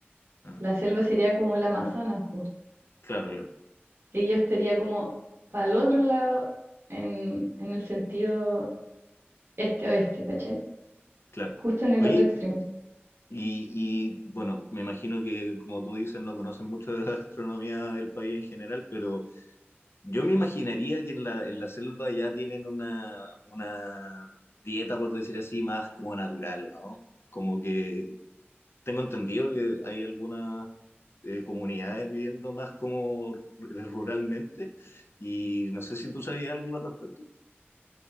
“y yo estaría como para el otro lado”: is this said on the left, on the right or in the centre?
Right